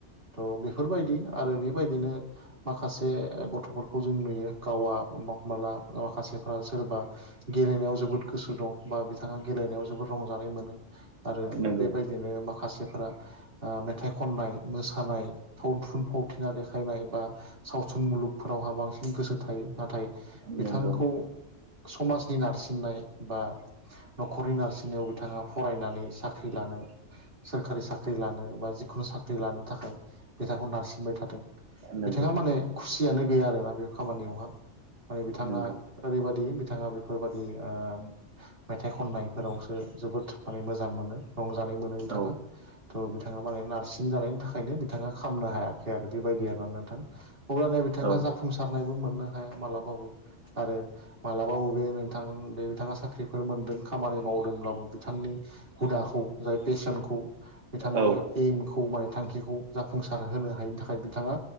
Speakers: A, on the right (about 45°); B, on the right (about 80°).
A: थ' बेफोरबायदि आरो बेबायदिनो माखासे गथ'फोरखौ जों नुयो गावा। हमबा हमनाला माखासेफ्रा सोरबा गेलेनायाव जोबोद गोसो दं बा बिथाङा गेलेनायाव। जोबोद रंजानाय मोनो आरो
B: नंगौ
A: बेबायदिनो माखासेफ्रा आ मेथाइ खननाय। मोसानाय सावथुन फावथिना देखायनाय बा सावथुन मुलुगफोरावहा बांसिन गोसो थायो नाथाय
B: नंगौ
A: बिथांखौ। समाजनि नारसिननाय बा न'खरनि नारसिननायाव बिथाङा फरायनानै साख्रि लानो। सोरखारि साख्रि लानो बा जिखुनु साख्रि लानो थाखाय बिथांखौ नारसिनबाय थादों
B: नंगौ
A: बिथाङा माने। खुसियानो गैया आरोना बे खामानियावहा। माने बिथांआ
B: नंगौ
A: ओरैबादि बिथाङा बेफोरबादि आम मेथाइ खननायफोरावसो जोबोद माने मोजां मोनो रंजानाय मोनो बिथाङा।
B: औ
A: थ' बिथाङा माने नारसिन जानायनि थाखायनो बिथाङा खामनो हायाखै आरो बेबायदि आरो ना नोंथां। अब्लानो बिथाङा
B: औ
A: जाफुंसारनायबो मोननो हाया मालाबाबो। आरो मालाबा बबे नोंथां बे बिथाङा साख्रिफोर मोन्दों खामानि मावदोंब्लाबो। बिथांनि हुदाखौ जाय पेसेनखौ बिथांनि
B: औ
A: एइमखौ माने थांखिखौ। जाफुंसार होनो हायिनि थाखाय बिथाङा